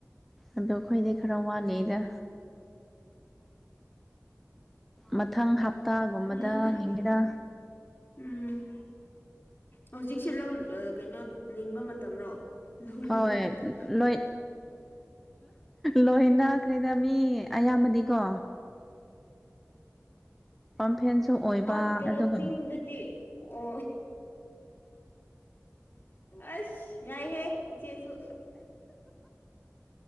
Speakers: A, in the centre; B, on the left.
A: ꯑꯗꯣ ꯑꯩꯈꯣꯏꯗꯤ ꯈꯔ ꯋꯥꯠꯂꯤꯗ ꯃꯊꯪ ꯍꯞꯇꯥꯒꯨꯝꯕꯗ
B: ꯌꯥꯏꯗ
A: ꯅꯤꯡꯔꯥ
B: ꯎꯝ ꯍꯧꯖꯤꯛꯁꯦ ꯂꯧ ꯀꯩꯅꯣ ꯂꯤꯡꯕ ꯃꯇꯝꯔꯣ ꯂꯧ ꯂꯤꯡꯕ
A: ꯍꯣꯏ
B: ꯃꯇꯝ
A: ꯂꯣꯏ ꯂꯣꯏꯅꯥ ꯀ ꯃꯤ ꯑꯌꯥꯝꯕꯗꯤꯀꯣ ꯄꯥꯝꯐꯦꯟꯁꯨ ꯑꯣꯏꯕ
B: ꯑꯥ ꯀꯩꯅꯣ
A: ꯑꯗꯨꯒ
B: ꯆꯤꯡꯗꯗꯤ
A: ꯎ
B: ꯑꯣ ꯑꯁ ꯌꯥꯏ ꯍꯦ ꯏꯆꯦꯁꯨ